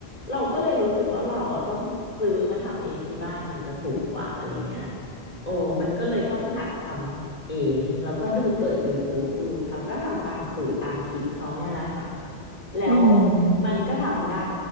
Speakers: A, on the left; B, on the right.
A: เราก็เลยรู้สึกว่าเราอ่ะต้องซื้อมาทำเองที่บ้านมันจะถูกกว่าอะไรเงี้ยโอ้มันก็เลยต้องหัดทำเองแล้วก็ดูเปิด YouTube ดูเขาก็ทำตามสูตรตามคลิปเขาเนี่ยแหละค่ะ แล้ว
B: อืม
A: มันก็ทำได้